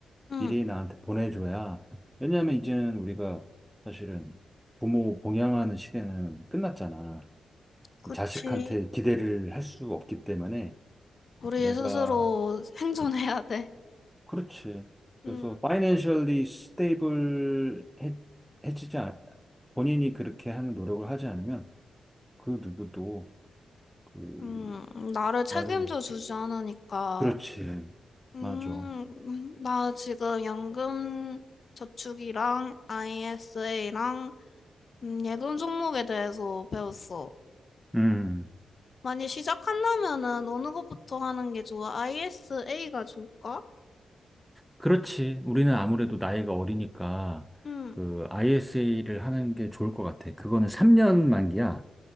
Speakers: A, on the left; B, in the centre.
A: 음,
B: 미리 나한테 보내줘야. 왜냐면 이제는 우리가 사실은 부모 공양하는 시대는 끝났잖아.
A: 그치.
B: 자식한테 기대를 할 수 없기 때문에
A: 우리
B: 내가,
A: 스스로 <laughs> 생존해야 돼.
B: 그렇지.
A: 음,
B: 그래서 파이낸셜리 스테이블 해지지 않, 본인이 그렇게 하는 노력을 하지 않으면 그 누구도 그
A: 음, 나를 책임져
B: 나를,
A: 주지 않으니까.
B: 그렇지.
A: 음,
B: 맞아.
A: 음, 나 지금 연금 저축이랑 ISA랑 음, 예금 종목에 대해서 배웠어.
B: 음.
A: 만약 시작한다면은 어느 것부터 하는 게 좋아? ISA가 좋을까?
B: 그렇지. 우리는 아무래도 나이가 어리니까
A: 음,
B: 그 ISA를 하는 게 좋을 것 같아. 그거는 3년 만기야.